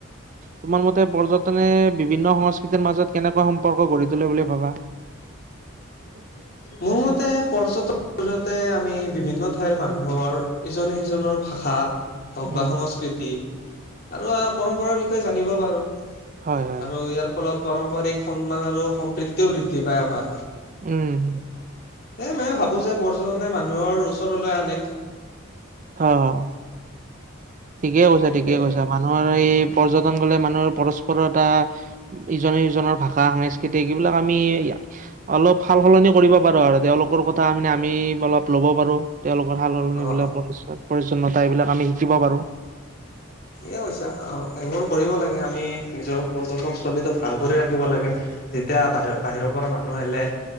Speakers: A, on the right; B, on the left.
A: তোমাৰ মতে পৰ্যটনে বিভিন্ন সংস্কৃতিৰ মাজত কেনেকুৱা সম্পৰ্ক গঢ়ি তোলে বুলি ভাবা? <unintelligible>
B: মোৰ মতে পৰ্যট মাজতে আমি বিভিন্ন ঠাইৰ মানুহৰ ইজনে-সিজনৰ ভাষা হওঁক,
A: উম,
B: বা সংস্কৃতি, আৰু অ' পৰম্পৰাৰ বিষয়ে জানিব পাৰোঁ। আৰু
A: হয়, হয়,
B: ইয়াৰ ফলত পাৰম্পৰিক সন্মান আৰু সম্প্ৰীতিও বৃদ্ধি পায় আমাৰ।
A: উম।
B: এ, মানে ভাবোঁ যে পৰ্যটনে মানুহৰ ওচৰলৈ আনে।
A: <unintelligible> ঠিকেই কৈছা, ঠিকেইে
B: এ
A: কৈছা। মানুহৰ এই পৰ্যটন গ'লে মানুহৰ পৰস্পৰতা ইজনে-সিজনৰ ভাষা, সাংস্কৃতিক এইবিলাক আমি অলপ সাল-সলনি কৰিব পাৰোঁ আৰু তেওঁলোকৰ কথা মানে আমি অলপ ল'ব পাৰোঁ। তেওঁলোকৰ সাল-সলনিবিলাক
B: অ অ
A: <unintelligible> পৰিছন্নতা এইবিলাক আমি শিকিব পাৰো।
B: সেয়া হৈছে, আৰু এইবোৰ কৰিব লাগে। আমি নিজৰ পৰ্যটনস্থলীটো ভাল কৰি ৰাখিব লাগে। যেতিয়া বাহি-বাহিৰৰ পৰা মানুহ আহিলে,